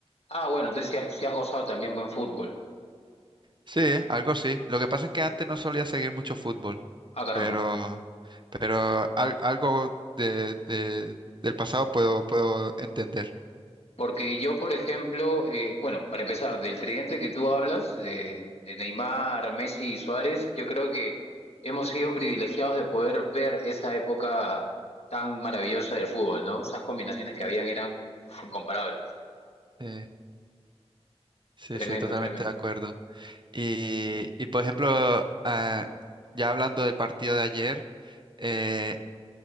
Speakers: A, on the left; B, on the right.
A: Ah, bueno, entonces sí has, sí has gozado también buen fútbol.
B: Sí, algo así. Lo que pasa es que antes no solía seguir mucho fútbol,
A: Ah, caramba.
B: pero, pero al- algo de, de- del pasado puedo, puedo entender.
A: Porque yo, por ejemplo, eh, bueno, para empezar, del tridente que tú hablas, de, de Neymar, Messi y Suárez, yo creo que hemos sido privilegiados de poder ver esa época tan maravillosa del fútbol, ¿no? Esas combinaciones que habían eran uf, incomparables.
B: Sí, sí,
A: Tremendo,
B: sí, totalmente
A: tremendo.
B: de acuerdo. Y, y por ejemplo, ah, ya hablando del partido de ayer, eh,